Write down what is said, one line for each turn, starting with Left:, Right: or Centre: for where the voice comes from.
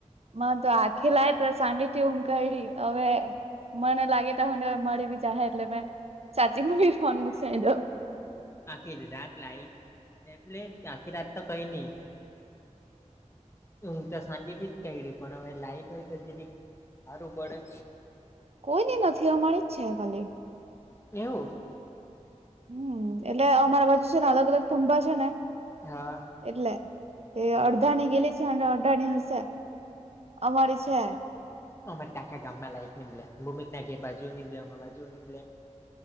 Right: તમારે તો આખે લાય તો સાતી થી ઊંઘ કાયડીય હવે- - મને લાગે ત હુંને મળી બી જાાહે એટલે મેં સાચી બી ફોન મુકસ દઉ- -
Left: આખી રાત લાઈટ નેલે આખી રાત તો કઈ નહી. ઉંઘ તો શાંતી થી જ કાયડી પણ હવે લાઈટ હોય તો જીરીક સારું પડે.
Right: કોઈની નથી અમારી જ છે ખાલી.
Left: એવું?
Right: હમ્મ એટલે અમારા બાજુ છે ને અલગ અલગ થંભા છે ને- -
Left: હા.
Right: એટલે એ
Left: એવું
Right: અડધાની ગેલી છે અને અડધા ની હશે- - અમારી છે.
Left: અમાર ટખા ગામમાં લક નિમલે બૂમિત ના ઘેર બાજુ નિમલે અમાર બાજુ નિમલે- -